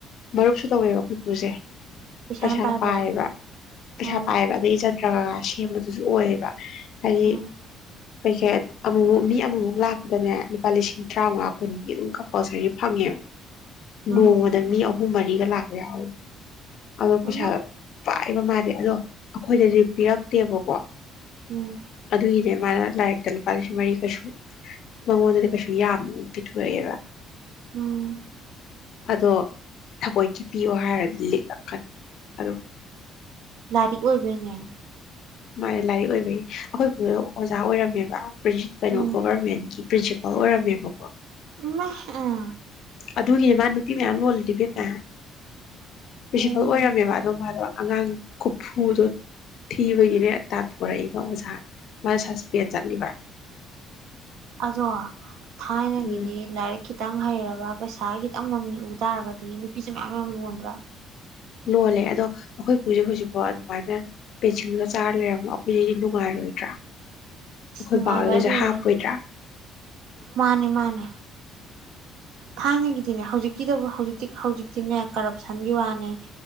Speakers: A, on the left; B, on the right.
A: ꯃꯔꯨꯞꯁꯨ ꯇꯧꯋꯦꯕ ꯑꯩꯈꯣꯏ ꯄꯨꯁꯦ ꯄꯩꯁꯥ
B: ꯌꯥꯝ ꯄꯥꯏꯕ꯭ꯔꯥ
A: ꯄꯥꯏꯕ ꯄꯩꯁꯥ
B: ꯑꯣ
A: ꯄꯥꯏꯕ ꯑꯗꯩꯒꯤ ꯆꯟꯗ꯭ꯔꯒꯒꯥꯏ ꯑ ꯁꯦꯝꯕꯗꯨꯁꯨ ꯑꯣꯏꯌꯦꯕ ꯍꯥꯏꯗꯤ
B: ꯎꯝ
A: ꯀꯩꯀꯩ ꯑꯃꯨꯃꯨꯛ ꯃꯤ ꯑꯃꯃꯨꯛ ꯂꯥꯛꯄꯗꯅꯦ ꯂꯨꯄꯥ ꯂꯤꯁꯤꯡ ꯇꯔꯥꯃꯉꯥ ꯀꯨꯟꯗꯤ ꯑꯗꯨꯝ ꯑꯣꯁꯍꯤ ꯐꯪꯉꯦ
B: ꯎꯝ
A: ꯕꯣꯡ ꯑꯍꯨꯝ ꯃꯔꯤꯒ ꯂꯥꯛꯄ ꯌꯥꯎꯏ ꯑꯗꯨ ꯄꯩꯁꯥ
B: ꯑꯃ
A: ꯄꯥꯏ ꯀꯩꯅꯣꯝ ꯍꯥꯏꯕꯅꯦ ꯑꯗꯣ ꯑꯩꯈꯣꯏꯗꯗꯤ ꯄꯤꯔꯛꯇꯦꯕꯀꯣ
B: ꯎꯝ
A: ꯑꯗꯨꯒꯤꯅꯦ ꯁꯃꯥꯏꯅ ꯂꯥꯏꯔꯤꯛꯇ ꯂꯨꯄꯥ ꯂꯤꯁꯤꯡ ꯃꯔꯤ ꯀꯩꯁꯨ ꯃꯉꯣꯟꯗꯗꯤ ꯀꯩꯁꯨ ꯌꯥꯝ ꯄꯤꯊꯣꯛꯑꯦꯕ
B: ꯎꯝ
A: ꯑꯗꯣ ꯊꯋꯣꯏꯡꯀꯤ ꯄꯤꯌꯣ ꯍꯥꯏꯔꯗꯤ ꯂꯤꯛꯂꯛꯀꯅꯤ ꯑꯗꯣ
B: ꯂꯥꯏꯔꯤꯛ ꯑꯣꯏꯕꯩꯅꯦ
A: ꯃꯥꯢ ꯂꯥꯏꯔꯤꯛ ꯑꯣꯏꯕꯒꯤ ꯑꯩꯈꯣꯏ ꯄꯨ ꯑꯣꯖ ꯑꯣꯏꯔꯝꯃꯦꯕ ꯄ꯭ꯔꯤ ꯀꯩꯅꯣ
B: ꯎꯝ
A: ꯒꯣꯕꯔꯃꯦꯟꯒꯤ ꯄ꯭ꯔꯤꯟꯁꯤ ꯑꯣ ꯑꯣꯏꯔꯝꯃꯦꯕ
B: ꯏꯃꯥ ꯎꯝ
A: ꯑꯗꯨꯒꯤꯅꯦ ꯃꯥ ꯅꯨꯄꯤ ꯃꯌꯥꯝ ꯂꯣꯜꯂꯤꯗꯣ ꯏꯕꯦꯝꯃ ꯄ꯭ꯔꯤꯟꯁꯤꯐꯜ
B: ꯎꯝ
A: ꯑꯣꯏꯔꯝꯃꯦꯕ ꯑꯗꯣ ꯃꯥꯗꯣ ꯑꯉꯥꯡ ꯈꯨꯐꯨꯗꯣ ꯊꯤꯕꯒꯤ ꯇꯥꯟꯊꯣꯔꯛꯏꯕ ꯑꯣꯖꯥ ꯃ ꯁꯁꯄꯦꯟ ꯆꯠꯂꯤꯕ
B: ꯑꯗꯣ ꯊꯥꯏꯅꯒꯤꯗꯤ
A: ꯎꯝ
B: ꯂꯥꯏꯔꯤꯛ ꯈꯤꯇꯪ ꯍꯩꯔꯕ ꯄꯩꯁꯥ ꯈꯤꯇꯪ ꯃꯃꯤ ꯎ ꯇꯥꯔꯒꯗꯤ ꯅꯨꯄꯤꯁꯦ ꯃꯌꯥꯝ ꯌꯥꯝ ꯂꯣꯟꯗ꯭ꯔꯣ
A: ꯂꯣꯜꯂꯦ ꯑꯗꯣ ꯑꯩꯈꯣꯏ ꯄꯨꯖꯦ ꯍꯧꯖꯤꯛꯐꯥꯎ ꯑꯗꯨꯃꯥꯏꯅ ꯄꯦꯟꯁꯤꯜꯒ ꯆꯥꯔ ꯂꯩꯔꯝꯃꯣ ꯑꯈꯣꯏꯗꯤ ꯅꯨꯡꯉꯥꯏꯔꯣꯏꯗ꯭ꯔ ꯑꯩꯈꯣꯏ
B: ꯅꯨꯡꯉꯥꯏꯕ
A: ꯕꯥꯍꯣꯢꯒꯁꯦ
B: ꯏꯕꯦꯝꯃ
A: ꯍꯥꯞꯄꯣꯏꯗ꯭ꯔ
B: ꯃꯥꯅꯦ ꯃꯥꯅꯦ ꯊꯥꯏꯅꯒꯤꯗꯤꯅꯦ ꯍꯧꯖꯤꯛꯀꯤꯗꯕꯨ ꯍꯧꯖꯤꯛ ꯍꯧꯖꯤꯛ ꯍꯧꯖꯤꯛꯇꯤꯅꯦ ꯀꯔꯞꯁꯟꯒꯤ ꯋꯥꯅꯦ